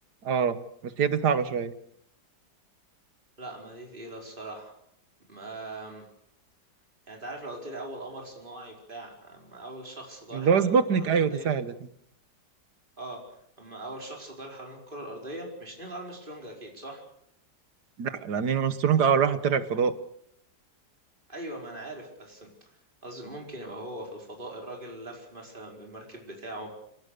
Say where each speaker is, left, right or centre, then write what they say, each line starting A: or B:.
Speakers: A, on the right; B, on the right.
A: اه بس هي دي صعبة شوية
B: لا ما دي تقيلة الصراحة ما يعني انت عارف لو قلت لي أول قمر صناعي بتاع أما أول شخص دار
A: اللي
B: حوالين
A: هو سبوتنيك
B: الكرة الأرضية
A: أيوه دي سهلة دي
B: اه اما اول شخص طار حوالين الكرة الارضية مش نيل ارمسترونج اكيد صح
A: لا لأن نيل أرمسترونج أول واحد طلع الفضاء
B: ايوه ما انا عارف بس قصدي ممكن يبقى هو في الفضاء الراجل لف مثلا بالمركب بتاعه